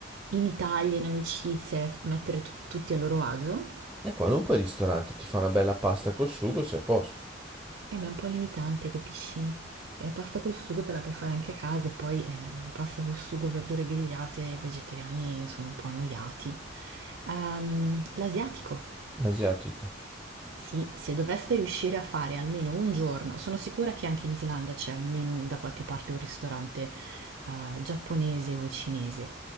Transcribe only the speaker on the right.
in Italia, in amicizie, f- mettere tu- tutti a loro agio?
Eh, ma è un po' limitante, capisci? Eh, pasta col sugo te la puoi fare anche a casa e poi eh, pasta col sugo, verdure grigliate, i vegetariani sono un po' annoiati. Ehm, l'asiatico.
Sì, se doveste riuscire a fare almeno un giorno, sono sicura che anche in Islanda c'è almeno da qualche parte un ristorante eh, giapponese o cinese.